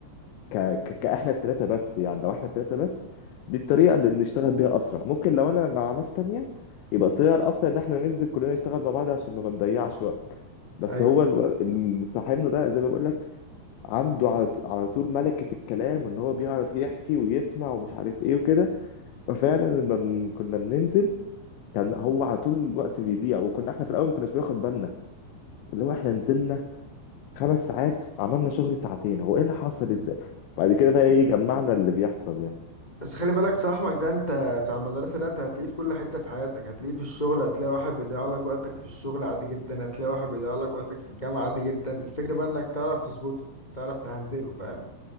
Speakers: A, on the left (about 75°); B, on the left (about 45°).
A: ك... ك... كاحنا التلاتة بس يعني لو احنا التلاتة بس دي الطريقة اللي بنشتغل بيها أسرع ممكن لو أنا مع ناس تانية يبقى الطريقة الأسرع إن احنا ننزل كلنا نشتغل مع بعض عشان ما بنضيعش وقت بس
B: ايوه
A: هو الو- اللي صاحبنا ده زي ما بقول لك عنده على ط- على طول ملكة الكلام وإن هو بيعرف يحكي ويسمع ومش عارف إيه وكده ففعلا لما بن... كنا بننزل كان هو على طول الوقت بيضيع وكنا احنا في الأول ما كناش بناخد بالنا اللي هو احنا نزلنا خمس ساعات عملنا شغل ساعتين هو ايه اللي حصل ازاي بعد كده بقى ايه جمعنا اللي بيحصل يعني
B: بس خلي بالك صاحبك ده انت بتاع المدرسة ده انت هتلاقيه في كل حتة في حياتك هتلاقيه في الشغل هتلاقي واحد بيضيع لك وقتك في الشغل عادي جدا هتلاقي واحد بيضيع لك وقتك في الجامعة عادي جدا الفكرة بقى انك تعرف تظبطه تعرف تهندله فاهم